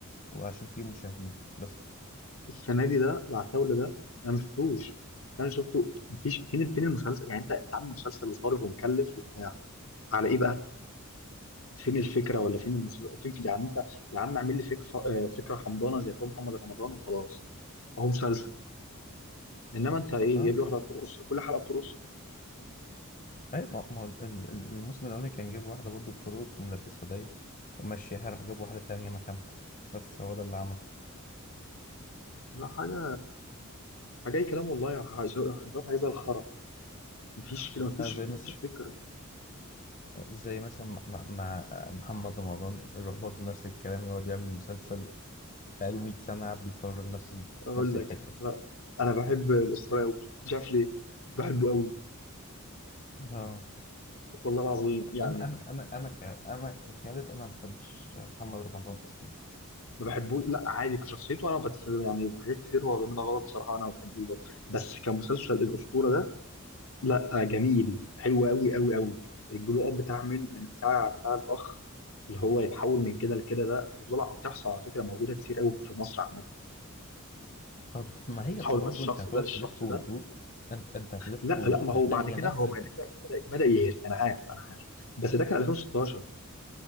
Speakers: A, on the left; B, on the left.
A: وعشان تجيب مشاهدين بس
B: السنه دي ده العتاوله ده انا ما شفتوش انا شفته مفيش فين فين المسلسل يعني انت انت عامل مسلسل وصارف ومكلف وبتاع على ايه بقى فين الفكره ولا فين المسلسل فين في يعني انت يا عم اعمل لي فكره آه، فكره حمضانه زي بتوع محمد رمضان وخلاص اهو مسلسل انما انت ايه
A: اه
B: جايب لي واحده بترقص كل حلقه بترقص
A: اي ما ما هو ال- ال- الموسم الأولاني كان جايب واحدة برضو بترقص وملبسها ضيق ومشيها راح جاب واحدة تانية مكانها بس هو ده اللي عمله
B: لا حاجه حاجه اي كلام والله يا ح- شويه حاجه زي الخرا مفيش كده مفيش
A: اه زي
B: مفيش
A: مثلا
B: فكره
A: زي مثلا مع, مع مع آه، محمد رمضان يروح برضو نفس الكلام يقعد يعمل مسلسل بقاله 100 سنة بيكرر نفس ال-
B: اقول
A: نفس الفكرة
B: لك لا انا بحب الاسطوره قوي مش عارف ليه بحبه قوي
A: اه
B: والله العظيم يعني
A: انا انا انا انا ك... انا كخالد انا ما بحبش محمد رمضان اصلا
B: ما بحبوش لا عادي كشخصيته انا بتف... يعني في حاجات كتير هو بيعملها غلط صراحه انا ما بحبوش برضه بس كمسلسل الاسطوره ده لا جميل حلو قوي قوي قوي الجلو اب بتاع من من بتاع بتاع الاخ اللي هو يتحول من كده لكده ده وطلع بتحصل على فكره موجوده كتير قوي في مصر عامه
A: طب ما هي
B: يتحول
A: برضو
B: من الشخص
A: انت هتقعد
B: ده للشخص
A: تلف وتدور
B: ده
A: انت انت هتلف
B: لا لا
A: وتدور
B: ما هو
A: هتلاقي
B: بعد
A: هي
B: كده
A: نفس
B: هو بعد
A: ال...
B: كده بدا بدا يهري انا عارف انا عارف بس ده كان 2016